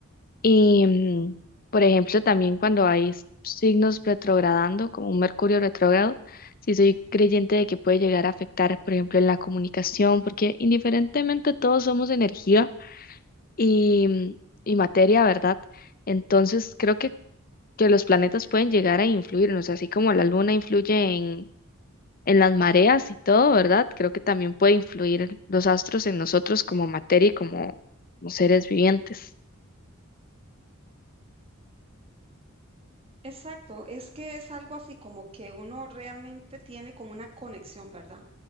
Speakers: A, on the left; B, on the right.
A: Y, mm, por ejemplo, también cuando hay s- signos retrogradando, como un Mercurio retrógrado, sí soy creyente de que puede llegar a afectar, por ejemplo, en la comunicación, porque indiferentemente todos somos energía y, mm, y materia, ¿verdad? Entonces, creo que, que los planetas pueden llegar a influirnos, así como la luna influye en, en las mareas y todo, ¿verdad? Creo que también puede influir los astros en nosotros como materia y como como seres vivientes.
B: Exacto, es que es algo así como que uno realmente tiene como una conexión, ¿verdad?